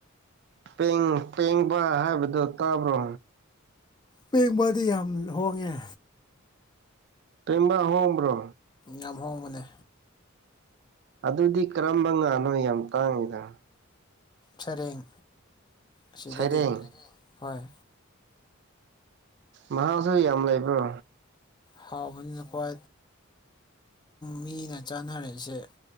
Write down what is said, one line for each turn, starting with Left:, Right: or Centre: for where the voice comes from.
Right: ꯄꯦꯡ ꯄꯦꯡꯕ ꯍꯥꯏꯕꯗꯨꯣ ꯇꯥꯕ꯭ꯔꯣ
Left: ꯄꯦꯡꯕꯥꯗꯤ ꯌꯥꯝ ꯍꯣꯡꯉꯦ
Right: ꯇꯕ ꯍꯍꯣꯕ꯭ꯔꯣ
Left: ꯌꯥꯝ ꯍꯣꯡꯕꯅꯦ
Right: ꯑꯗꯨꯗꯤ ꯀꯔꯝꯕ ꯉꯥꯅꯣ ꯌꯥꯝ ꯇꯥꯡꯉꯤꯗ
Left: ꯁꯔꯦꯡ ꯑꯁꯤꯗꯗꯤ
Right: ꯁꯩꯔꯦꯡ
Left: ꯍꯣꯏ
Right: ꯃꯍꯥꯎꯁꯨ ꯌꯥꯝ ꯂꯩꯕ꯭ꯔꯣ
Left: ꯍꯥꯎꯕꯅꯤꯅ ꯈ꯭ꯋꯥ ꯃꯤꯅ ꯆꯥꯅꯔꯛꯏꯁꯦ